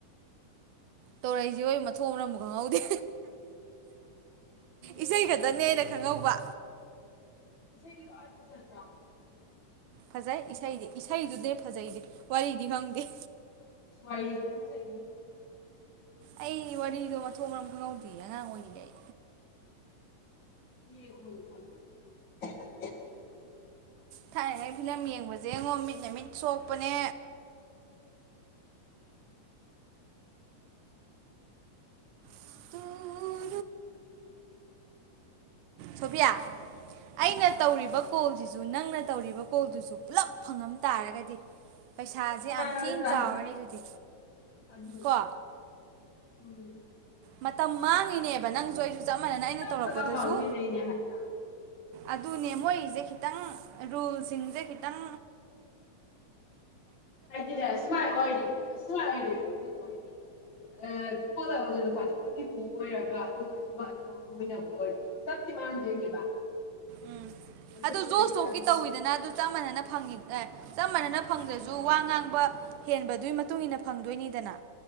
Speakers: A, on the right (about 75°); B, on the left (about 40°).
A: ꯇꯧꯔꯛꯏꯁꯦ ꯍ ꯃꯊꯣꯡ ꯃꯔꯝ ꯑꯝꯕꯨ ꯈꯪꯍꯧꯗꯦ
B: <inaudible>
A: ꯏꯁꯩ ꯈꯛꯇꯅꯦ ꯑꯩꯅ ꯈꯪꯍꯧꯕ
B: <inaudible>
A: ꯐꯖꯩ ꯏꯁꯩꯗꯤ ꯏꯁꯩꯗꯨꯅꯦ ꯐꯖꯩꯖꯦ ꯋꯥꯔꯤꯗꯤ ꯈꯪꯗꯦ
B: <inaudible>
A: ꯑꯩ ꯋꯥꯔꯤꯗꯣ ꯃꯊꯣꯡ ꯃꯔꯝ ꯈꯪꯍꯧꯗꯤꯌꯦ ꯑꯉꯥꯡ ꯑꯣꯏꯔꯤꯉꯩ
B: <inaudible>
A: ꯊꯥꯏꯅꯉꯩ ꯐꯤꯂꯝ ꯌꯦꯡꯕꯁꯦ ꯉꯣ ꯃꯤꯠꯅ ꯃꯤꯠ ꯁꯣꯛꯄꯅꯦ <unintelligible> ꯁꯣꯐꯤꯌꯥ ꯑꯩꯅ
B: ꯍꯥꯎ
A: ꯇꯧꯔꯤꯕ ꯀꯣꯜꯁꯤꯁꯦ ꯑꯗꯨ ꯅꯪꯅ ꯇꯧꯔꯤꯕ ꯀꯣꯜꯗꯨꯁꯨ ꯄꯨꯂꯞ ꯐꯪꯉꯝ ꯇꯥꯔꯒꯗꯤ ꯄꯩꯁꯥꯁꯦ
B: ꯅꯨꯡꯉꯥꯏꯔꯣꯏꯗ꯭ꯔꯥ
A: ꯌꯥꯝ ꯊꯤꯅ ꯆꯥꯎꯔꯅꯤ
B: ꯍꯥꯏꯕ
A: ꯑꯗꯨꯗꯤ
B: ꯑꯗꯨꯅꯦ
A: ꯀꯣ
B: ꯎꯝ
A: ꯃꯇꯝ ꯃꯥꯡꯉꯤꯅꯦꯕ ꯅꯪꯁꯨ ꯑꯩꯖꯨ ꯆꯞ ꯃꯥꯟꯅꯅ
B: ꯄꯇꯞ
A: ꯑꯩꯅ ꯇꯧꯔꯛꯄꯗꯁꯨ
B: ꯄꯇꯞ ꯃꯥꯡꯃꯤꯟꯅꯩꯅꯦ ꯍꯥꯏꯕ
A: ꯑꯗꯨꯅꯦ ꯃꯣꯏꯁꯦ ꯈꯤꯇꯪ ꯔꯨꯜꯁꯤꯡꯁꯦ ꯈꯤꯇꯪ
B: <unintelligible> <unintelligible>
A: ꯎꯝ
B: ꯑꯗꯨꯏꯁꯨ
A: ꯑꯗꯨ ꯖꯣꯁꯇꯣꯛꯀꯤ
B: ꯂꯩꯗꯅ ꯃꯤꯒꯤ
A: ꯇꯧꯋꯤꯗꯅ ꯑꯗꯨ ꯆꯞ ꯃꯥꯟꯅꯅ ꯐꯪꯉꯤ ꯑꯦ ꯆꯞ ꯃꯥꯟꯅꯅ ꯐꯪꯗ꯭ꯔꯁꯨ ꯋꯥ ꯉꯥꯡꯕ ꯍꯦꯟꯕꯗꯨꯒꯤ ꯃꯇꯨꯡ ꯏꯟꯅ ꯐꯪꯗꯣꯏꯅꯤꯗꯅ